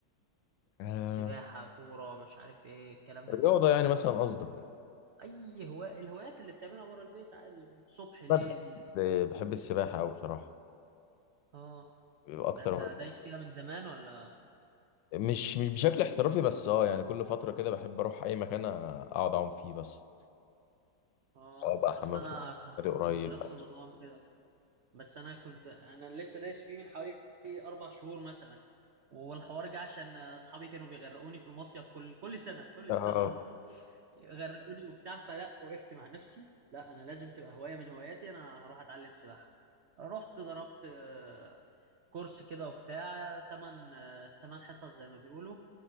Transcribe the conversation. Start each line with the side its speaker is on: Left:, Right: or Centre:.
Left: آه،
Right: سباحة كورة مش عارف ايه الكلام
Left: الرياضة
Right: ده كله
Left: يعني مثلا قصدك
Right: اي هواء الهوايات اللي بتعملها بره البيت عادي صبح ليل
Left: طب آه، بحب السباحة أوي بصراحة
Right: اه
Left: أكتر
Right: ده انت
Left: واحد.
Right: دايس فيها من زمان ولا
Left: مش مش بشكل احترافي بس أه يعني كل فترة كده بحب أروح أي مكان أقعد أعوم فيه بس
Right: اه
Left: سواء بقى حمام
Right: اصل انا
Left: سباحة،
Right: كنت
Left: نادي قريب
Right: كنت نفس النظام كده بس انا كنت انا لسه دايس فيه من حوالي اربع شهور مثلا والحوار جه عشان اصحابي كانوا بيغرقوني في المصيف كل كل سنه كل
Left: آه.
Right: سنه غرقوني وبتاع فلا وقفت مع نفسي لا انا لازم تبقى هوايه من هواياتي انا هروح اتعلم سباحه رحت ضربت آه، كورس كده وبتاع تمن آه، تمن حصص زي ما بيقولوا